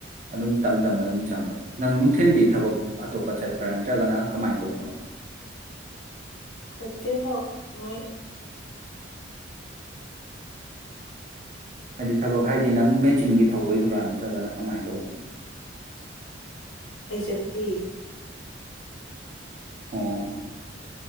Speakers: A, on the right (about 40°); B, on the left (about 80°).
A: ꯑꯗꯨꯝ ꯇꯝꯇꯝꯅ ꯑꯗꯨꯝ ꯆꯪꯕꯅꯦ ꯅꯪ ꯅꯨꯡꯊꯤꯟꯗꯤ ꯊꯕꯛ ꯑꯇꯣꯞꯄ ꯆꯠꯄ꯭ꯔꯥ ꯅꯠꯇ꯭ꯔꯒꯅ ꯀꯃꯥꯏꯅ ꯇꯧꯕꯅꯣ
B: ꯆꯠꯇꯦ ꯍꯣ ꯃꯣꯏ <unintelligible>
A: ꯍꯥꯏꯗꯤ ꯊꯕꯛ ꯍꯥꯏꯗꯤ ꯅꯪ ꯃꯦꯆꯤꯟꯒꯤ ꯊꯧꯕꯩꯗꯨꯔꯥ ꯅꯠꯇ꯭ꯔꯒꯅ ꯀꯃꯥꯏꯅ ꯇꯧꯕꯅꯣ
B: <unintelligible>
A: ꯑꯣ